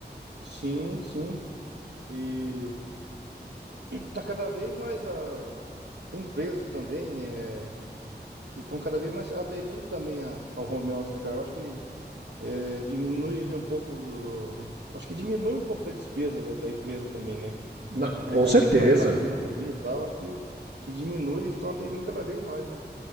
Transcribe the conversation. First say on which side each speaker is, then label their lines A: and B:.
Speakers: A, on the right; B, on the right.
A: Sim, sim. E tá cada vez mais a... Tem empresas também é, que estão cada vez mais aderindo também a- ao home office, né, cara? Eu acho que é, diminui ele um pouco. do- do- Acho que diminui um pouco da despesa da da empresa também, né?
B: Não,
A: O empregado
B: com certeza.
A: não precisa estar indo ali e tal. Acho que, que diminui e estão aderindo cada vez mais, né?